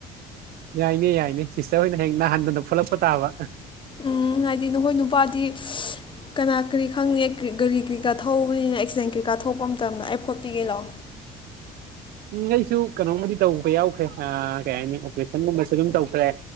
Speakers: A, on the right; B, on the left.
A: ꯌꯥꯏꯅꯦ ꯌꯥꯏꯅꯦ ꯁꯤꯁꯇ꯭ꯔ ꯍꯣꯏꯅ ꯍꯌꯦꯡ ꯅꯥꯍꯟꯗꯅ ꯐꯣꯠꯂꯛꯄ ꯇꯥꯕ
B: ꯎꯝ ꯍꯥꯏꯗꯤ ꯅꯍꯣꯏ ꯅꯨꯄꯥꯗꯤ ꯀꯅꯥ ꯀꯔꯤ ꯈꯪꯅꯤ ꯀ꯭ꯔꯤꯛ ꯒꯥꯔꯤ ꯀ꯭ꯔꯤꯀꯥ ꯊꯧꯕꯅꯤꯅ ꯑꯦꯛꯁꯤꯗꯦꯟ ꯀꯩꯀꯥ ꯊꯣꯛꯄ ꯃꯇꯝꯗ ꯑꯩ ꯐꯣꯠꯄꯤꯒꯦ ꯂꯥꯎ
A: ꯎꯝ ꯑꯩꯁꯨ ꯀꯩꯅꯣꯝꯃꯗꯤ ꯇꯧꯕ ꯌꯥꯎꯈ꯭ꯔꯦ ꯑꯥ ꯀꯩ ꯍꯥꯏꯅꯤ ꯑꯣꯄꯔꯦꯁꯟꯒꯨꯝꯕꯁꯨ ꯑꯗꯨꯝ ꯇꯧꯈ꯭ꯔꯦ